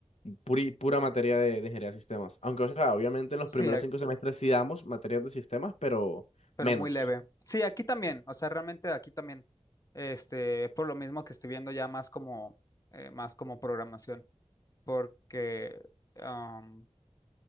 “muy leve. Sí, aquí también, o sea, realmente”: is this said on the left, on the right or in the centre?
Left